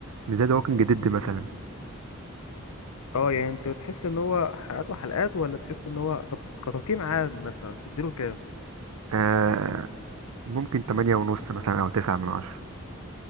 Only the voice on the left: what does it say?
اه يعني انت تحس ان هو حلقات وحلقات ولا تحس ان هو طب كتقييم عام مثلا تديله كام